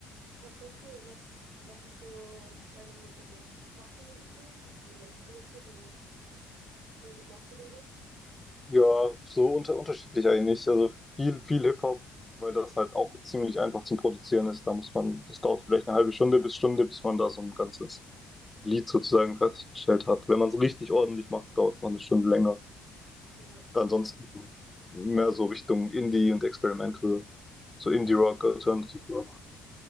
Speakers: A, on the right (about 85°); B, on the left (about 15°).
A: Ja, voll cool. Was, was ist so deine, Mu- also was für Musik so? Hast du so selbst produziert? Also was für Musik magst du da so?
B: Ja, so unter unterschiedlich eigentlich. Also viel, viel Hip-Hop, weil das halt auch ziemlich einfach zum Produzieren ist. Da muss man, das dauert vielleicht eine halbe Stunde bis Stunde, bis man da so ein ganzes Lied sozusagen fertiggestellt hat. Wenn man es richtig ordentlich macht, dauert es noch eine Stunde länger.
A: Ja,
B: Ansonsten mehr so Richtung Indie und Experimental, so Indie-Rock,
A: ja, voll
B: Alternative
A: cool.
B: Rock.